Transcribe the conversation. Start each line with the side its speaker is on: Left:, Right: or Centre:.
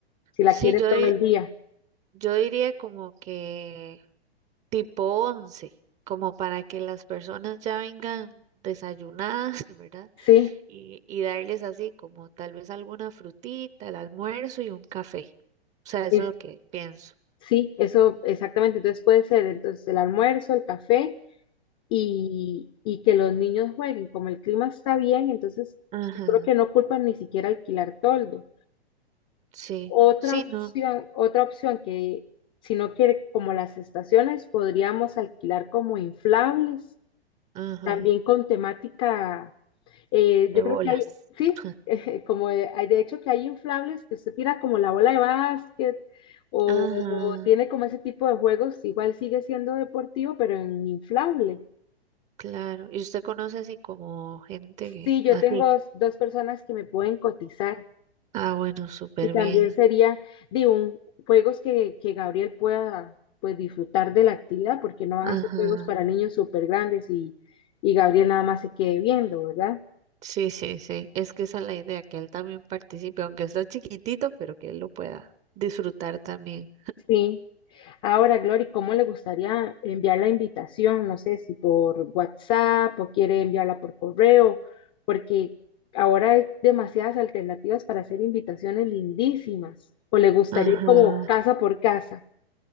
Left: si la
Right: Sí,
Left: quiere
Right: yo,
Left: todo
Right: di-
Left: el día,
Right: yo diría como que tipo once como para que las personas ya vengan desayunadas, <laughs> ¿verdad?
Left: ¿sí?
Right: y, y darles así como tal vez alguna frutita, el almuerzo y un café. O sea, eso
Left: Es,
Right: es lo que pienso.
Left: sí, eso exactamente, entonces puede ser entonces el almuerzo, el café y, y que los niños jueguen. Como el clima está bien, entonces
Right: Ajá,
Left: yo creo que no culpan ni siquiera alquilar toldo.
Right: sí,
Left: Otra
Right: sí,
Left: opción,
Right: no,
Left: otra opción que si no quiere, como las estaciones, podríamos alquilar como inflables,
Right: ajá,
Left: también con temática, eh,
Right: de
Left: yo creo
Right: bolas.
Left: que hay, sí,
Right: <laughs>
Left: <laughs> eh, como de- hay, de hecho que hay inflables que usted tira como la bola de básquet o,
Right: Ajá,
Left: o tiene como ese tipo de juegos, igual sigue siendo deportivo, pero en inflable.
Right: claro. ¿Y usted conoce así como gente
Left: Sí, yo
Right: así?
Left: tengo dos personas que me pueden cotizar
Right: Ah, bueno, súper
Left: y también
Right: bien.
Left: sería de un juegos que, que Gabriel pueda pues disfrutar de la actividad porque no van
Right: Ajá.
Left: a ser juegos para niños súper grandes y, y Gabriel nada más se quede viendo, ¿verdad?
Right: Sí, sí, sí. Es que esa es la idea, que él también participe, aunque está chiquitito, pero que él lo pueda disfrutar también.
Left: Sí. Ahora, Glory, ¿cómo le gustaría enviar la invitación? No sé si por WhatsApp o quiere enviarla por correo, porque ahora hay demasiadas alternativas para hacer invitaciones lindísimas. ¿O le gustaría
Right: Ajá.
Left: ir como casa por casa?